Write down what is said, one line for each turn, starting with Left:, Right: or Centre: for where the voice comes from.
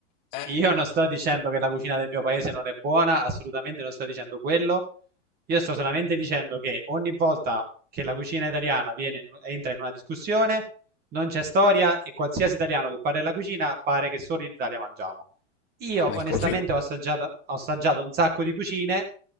Left: eh?
Right: io non sto dicendo che la cucina del mio paese non è buona, assolutamente non sto dicendo quello. Io sto solamente dicendo che ogni volta che la cucina italiana viene in- entra in una discussione, non c'è storia e qualsiasi italiano che parla della cucina pare che solo in Italia mangiamo. Io
Left: Ma
Right: onestamente
Left: è così.
Right: ho assaggiato, ho assaggiato un sacco di cucine